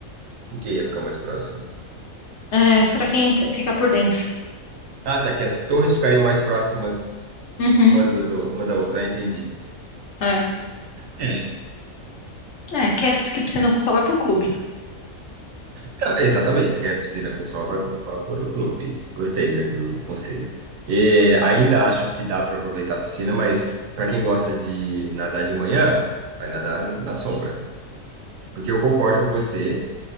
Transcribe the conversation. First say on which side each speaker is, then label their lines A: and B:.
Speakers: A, on the right; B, on the left.
A: O que ia ficar mais próximo?
B: É, para quem t- fica por dentro.
A: Ah, tá, que as torres ficariam mais próximas
B: Uhum,
A: uma das, ou- uma da outra, ah, entendi.
B: é.
A: É,
B: É, quer que piscina com sol vai pro clube.
A: Tá, Exatamente, se quer piscina com sol, vai, pro- vai para o clube. Gostei do, do conselho. E ainda acho que dá para aproveitar a piscina, mas para quem gosta de nadar de manhã, vai nadar na sombra. Porque eu concordo com você,